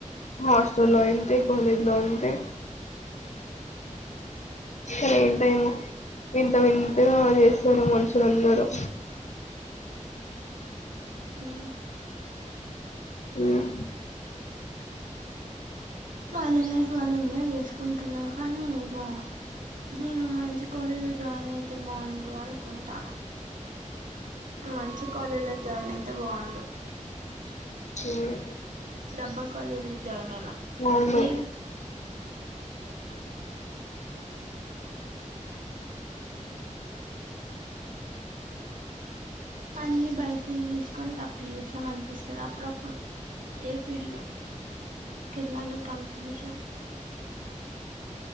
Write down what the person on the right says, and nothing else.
హ్మ్
పాలన్నా పాలన్నా చేసుకుంటున్నారు కానీ ఇక నేను మంచి కాలేజీ లో జాయిన్ అయితే బావుండు అనుకుంటాను మంచి కాలేజ్ లో జాయిన్ అయి అయితే బావుండు
రబ్బ కాలేజీ జాయిన్ అయినా
మీరు మళ్లీ బయ తీసుకొని తప్పి చేసాం అనిపిస్తుంది అప్పుడు ఇప్పుడు ఏ ఫీల్డ్ లో కెళ్ళలో కన్ఫ్యూషన్